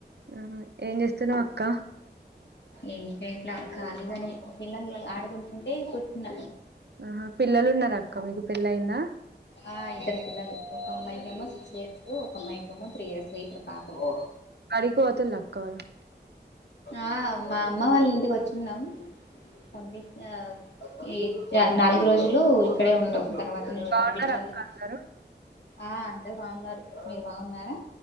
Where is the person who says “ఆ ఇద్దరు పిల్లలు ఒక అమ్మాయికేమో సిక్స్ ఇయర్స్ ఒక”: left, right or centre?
Left